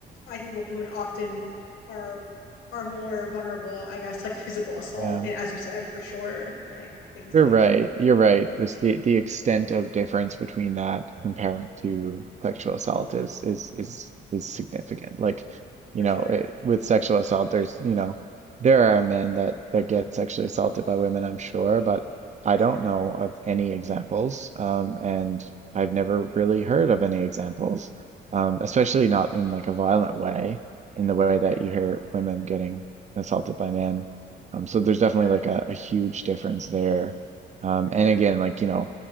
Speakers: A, on the left; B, on the right.
A: I think women often are are more vulnerable, I guess, like physical assault
B: Yeah.
A: and as you said, for sure, like things
B: You're
A: like
B: right. You're right. That's the the extent of difference between that compared to sexual assault is is is is significant. Like, you
A: for
B: know,
A: sure,
B: it, with sexual assault, there's, you know, there are men that that get sexually assaulted by women, I'm sure, but I
A: for sure.
B: don't know of any examples. Um, and I've never really heard of any examples, um, especially not in like a violent way, in the way that
A: Yeah.
B: you hear women getting assaulted by men. Um, so there's definitely
A: Yeah.
B: like a, a huge difference there um,
A: For sure.
B: and again, like, you know,